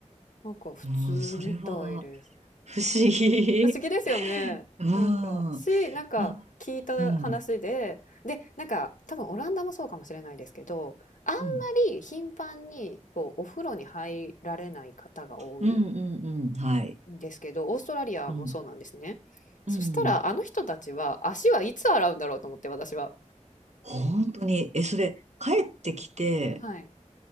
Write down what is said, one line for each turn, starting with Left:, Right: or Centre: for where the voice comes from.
Left: なんか普通みたいです。
Right: うん、それは不思議。
Left: 不思議ですよね。
Right: <laughs> う
Left: なんか、し、
Right: ん。
Left: なんか聞いた話で、
Right: まあ、うん。
Left: で、なんか多分オランダもそうかもしれないですけど、あんま
Right: うん。
Left: り頻繁にこうお風呂に入られない方が多い
Right: うんうんうん。はい。
Left: んですけど、オーストラリアもそうなんですね。
Right: うん。
Left: そしたらあの人たちは足はいつ洗うんだろうと思って私は。
Right: うん。本当に、え、それ、帰ってきて、
Left: はい。